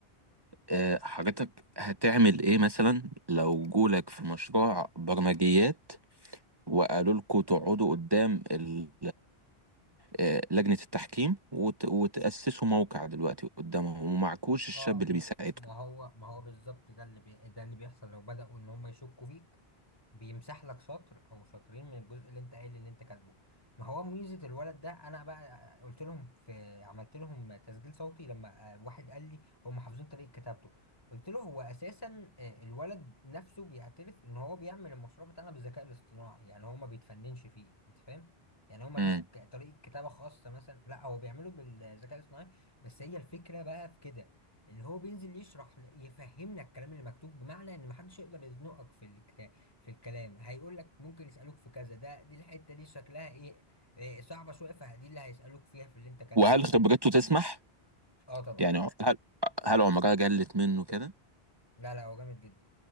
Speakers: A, on the right; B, on the left.
A: آه، حضرتك هتعمل ايه مثلا لو جولك في مشروع برمجيات وقالوا لكم تقعدوا قدام ال- آه، لجنة التحكيم وت- وتأسسوا موقع دلوقتي قدامهم ومعكوش الشاب
B: اه ما
A: اللي بيساعدكم
B: ما هو ما هو بالظبط ده اللي بي... ده اللي بيحصل لو بدأوا ان هم يشكوا فيك بيمسح لك سطر او سطرين من الجزء اللي انت قايل ان انت كاتبه ما هو ميزه الولد ده انا بقى قلت لهم في عملت لهم تسجيل صوتي لما آه، واحد قال لي هم حافظين طريقه كتابته قلت له هو اساسا آه، الولد نفسه بيعترف ان هو بيعمل المشروع بتاعنا بالذكاء الاصطناعي يعني هو ما بيتفننش فيه انت فاهم يعني هو ملوش
A: امم
B: ك- طريقه كتابه خاصه مثلا لا هو بيعمله بالذكاء الاصطناعي بس هي الفكره بقى في كده ان هو بينزل يشرح يفهمنا الكلام اللي مكتوب بمعنى ان محدش يقدر يزنقك في الكتاب في الكلام هيقول لك ممكن يسألوك في كذا ده دي الحتة دي شكلها ايه إيه صعبة شوية فدي اللي هيسألوك فيها في اللي انت كاتبه
A: وهل خبرته تسمح
B: اه طبعا
A: يعني هل هل عمرها جلت منه كده
B: لا لا هو جامد جدا